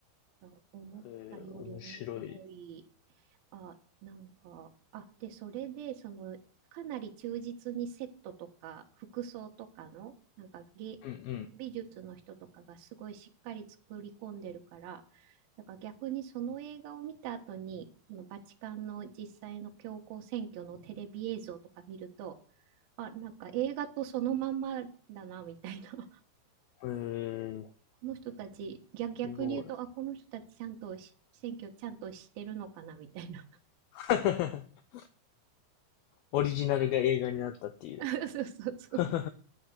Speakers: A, on the right; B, on the left.
A: あ思ったより面白い。
B: えー、面白い。
A: あ、なんか、あ、で、それで、その、かなり忠実にセットとか、服装とかの、なんか芸、
B: うん
A: 美術の人とかがすごいしっかり作り込んでるから、なんから逆にその映画を見た後に、そのバチカンの実際の教皇選挙のテレビ映像とか見ると、あ、なんか映画とそのまんまだな、みたいな
B: うん。えー、
A: この人たち、逆、逆に言うと、
B: すごい。
A: あ、この人たちちゃんとし選挙ちゃんとしてるのかなみたいな。
B: <laughs> オリジナルが映画になったっていう。
A: <laughs> そうそうそ
B: <laughs>